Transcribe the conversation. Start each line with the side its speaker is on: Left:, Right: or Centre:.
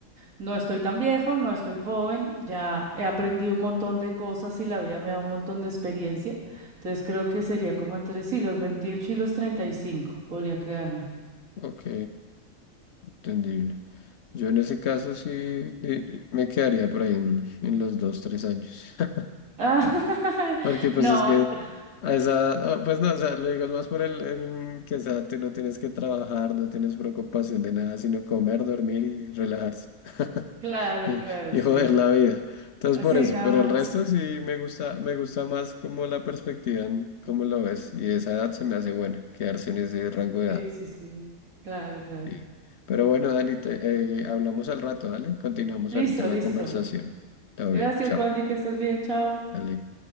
Right: No estoy tan viejo, no estoy joven, ya he aprendido un montón de cosas y la vida me da un montón de experiencia. Entonces creo que sería como entre sí, los veintiocho y los treinta y cinco podría quedarme.
Left: Ok, entendible. Yo en ese caso sí di- me quedaría por ahí en, en los dos, tres años. <laughs>
Right: Ah, <laughs>
Left: Porque pues
Right: no,
Left: es que
Right: pues,
Left: a esa edad, oh, pues no, o sea, lo digo es más por el, el que esa edad tú no tienes que trabajar, no tienes preocupación de nada, sino comer, dormir y relajarse. <laughs>
Right: claro,
Left: y,
Right: claro,
Left: y
Right: sí.
Left: joder la vida. Entonces
Right: Así
Left: por eso,
Right: nada
Left: pero
Right: más.
Left: el resto sí me gusta, me gusta más como la perspectiva, en cómo lo ves, y esa edad se me hace buena, quedarse en ese rango de
Right: Sí,
Left: edad.
Right: sí, sí. Claro, claro.
Left: Sí. Pero bueno, Dani, te, eh, hablamos al rato, dale, continuamos
Right: Listo,
Left: ahorita la
Right: listo.
Left: conversación. Todo
Right: Gracias,
Left: bien, chao,
Right: Juan, que estés bien, chao.
Left: dale.